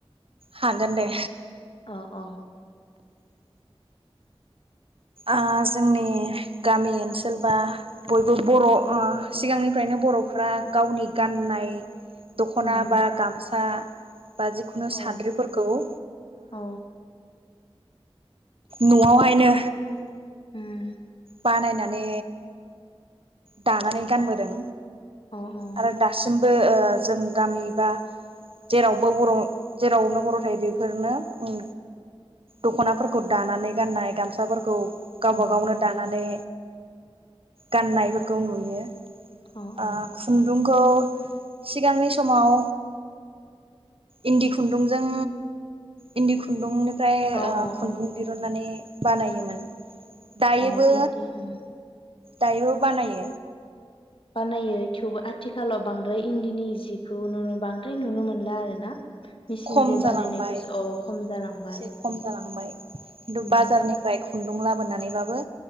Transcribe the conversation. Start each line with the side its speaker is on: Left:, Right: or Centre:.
Right: हागोन दे
Left: अ अ
Right: आ जोंनि गामि ओनसोल बा बयबो बर ओ सिगांनिफ्रायनो बरफ्रा गावनि गाननाय दखना
Left: उम
Right: बा गामसा बा जिखुनु
Left: औ
Right: साद्रिफोरखौ ओ
Left: औ
Right: नआवहायनो
Left: उम
Right: बानायनानै दानानै गानबोदों
Left: अ अ
Right: आरो दासिम बो ओ जों गामि बा जेरावबो बर जेरावनो बर थायो बेफोरनो उम दखनाफोरखौ दानानै गाननाय गामसाफोरखौ गावबा
Left: उम
Right: गावनो दानानै गाननायफोरखौ नुयो
Left: अ अ
Right: ओ खुन्दुंखौ सिगांनि समाव इन्दि खुन्दुंजों इन्दि खुन्दुंनि फ्राय
Left: अ
Right: ओ
Left: अ
Right: खुन्दुं
Left: अ
Right: दिरुननानै बानायोमोन दायोबो
Left: अ इन्दि उम
Right: दायोबो बानायो
Left: बानायो थेवबो आथिखालाव बांद्राय इन्दिनि जिखौ नु बांद्राय नुनो मोनला आरो ना मेचिनजों
Right: खम जालांबाय
Left: बानायनायखौसो
Right: एसे
Left: औ खम जालांबाय
Right: खम जालांबाय खिन्थु
Left: उम
Right: बाजारनिफ्राय खुन्दुं लाबोनानैबाबो